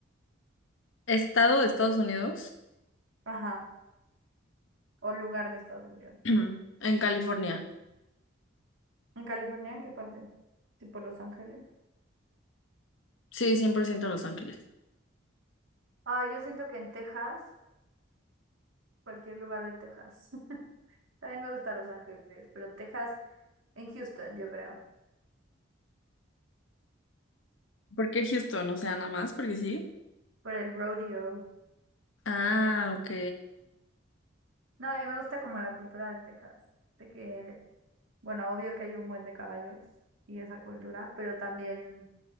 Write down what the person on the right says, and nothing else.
Ajá, o lugar de Estados Unidos.
¿En California? ¿En qué parte? ¿Tipo Los Ángeles?
Ay, yo siento que en Texas, cualquier lugar de Texas. <laughs> También me gusta Los Ángeles, pero Texas, en Houston, yo creo,
por el rodeo.
No, y me gusta como la cultura de Texas, de que, bueno, obvio que hay un buen de caballos y esa cultura, pero también